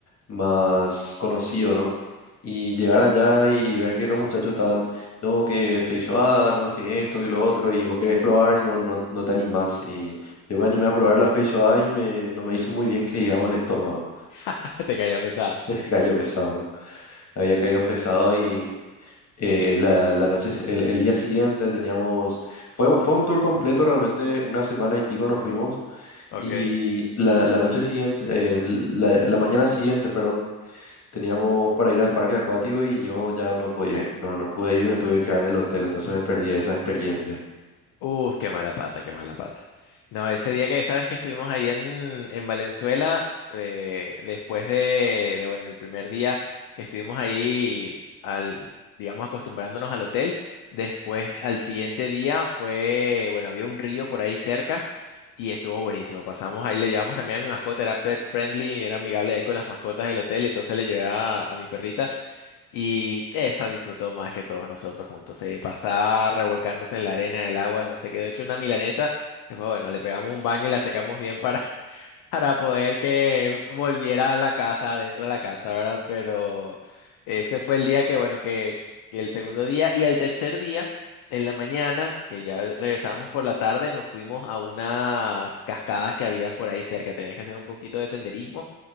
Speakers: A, on the left; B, on the left.
A: más conocido, ¿no? Y llegar allá y, y ver que los muchachos estaban, no, que feijoada, no, que esto, que lo otro, y vos querés probar y no, no, no te animás. Y yo me animé a probar la feijoada y me, no me hizo muy bien que digamos el estómago,
B: <laughs> te cayó pesado.
A: <laughs> cayó pesado, ¿no? Había caído pesado y eh, la, la noche, si- el, el día siguiente teníamos, fue, un- fue un tour completo realmente, una semana y pico nos fuimos
B: Ok.
A: y la, la noche siguiente, eh, la, la mañana siguiente, perdón, teníamos para ir al parque acuático y yo ya no podía ir, no, no pude ir, me tuve que quedar en el hotel, entonces me perdí esa experiencia.
B: Uf, qué mala pata, qué mala pata. No, ese día que sabes que estuvimos ahí en, en Valenzuela, eh, después de, de, bueno, el primer día que estuvimos ahí, al, digamos, acostumbrándonos al hotel, después al siguiente día fue, bueno, había un río por ahí cerca y estuvo buenísimo. Pasamos ahí, le llevamos también a mi mascota, era pet friendly, era amigable ahí con las mascotas del hotel, entonces le llevé a, a mi perrita y esa disfrutó más que todos nosotros juntos. Se pasaba revolcándose en la arena, en el agua, se quedó hecho una milanesa. después bueno, le pegamos un baño y la sacamos bien para, <laughs> para poder que volviera a la casa, adentro de la casa, ¿verdad? Pero ese fue el día que, bueno, que, que el segundo día y el tercer día, en la mañana, que ya regresábamos por la tarde, nos fuimos a unas cascadas que habían por ahí cerca. Tenías que hacer un poquito de senderismo